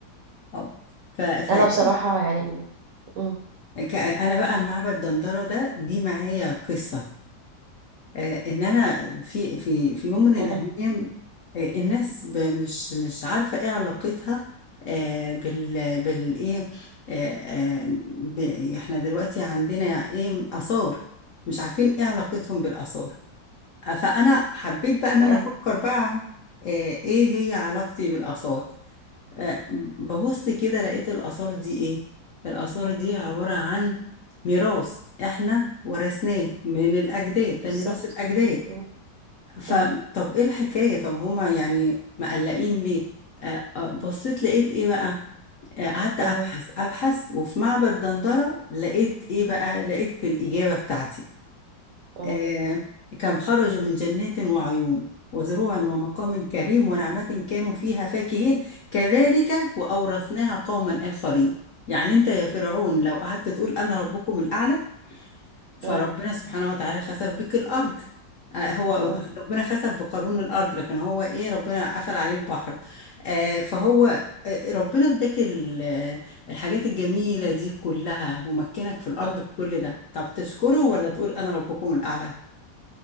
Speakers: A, on the left; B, on the right.
A: اه ف ف
B: انا
A: إيه؟
B: بصراحة يعني مم،
A: ك- انا بقى معبد دندره ده دي معايا قصه آه، ان انا في في في يوم من
B: مم.
A: الايام آه، الناس ب- مش مش عارفه ايه علاقتها آه، بال بالايه آه، آه، ب- احنا دلوقتي عندنا ايه اثار مش عارفين ايه علاقتهم بالاثار آه، فانا حبيت بقى ان
B: اي
A: انا افكر بقى آه، ايه هي علاقتي بالاثار آه، ببص كده لقيت الاثار دي ايه الاثار دي عباره عن ميراث احنا ورثناه من الاجداد ده
B: بالظبط
A: ميراث الاجداد
B: مم.
A: فطب
B: مم.
A: ايه الحكاية طب هما يعني مقلقين ليه آه، آه، بصيت لقيت ايه بقى آه، قعدت ابحث
B: مم.
A: ابحث وفي معبد دندرة لقيت ايه بقى لقيت الإجابة بتاعتي
B: مم.
A: آه، كم خرجوا من جنات وعيون وزروع ومقام كريم ونعمة كانوا فيها فاكهين كذلك وأورثناها قوما آخرين يعني انت يا فرعون لو قعدت تقول انا ربكم الأعلى فربنا
B: مم.
A: سبحانه وتعالى خسف بك الأرض آه، هو
B: مم.
A: ربنا خسف بقارون الأرض لكن هو إيه ربنا قفل عليه البحر آه، فهو آه، ربنا اداك ال- آه، الحاجات الجميلة دي كلها ومكنك في الأرض
B: مم.
A: بكل ده طب تشكره ولا تقول أنا ربكم الأعلى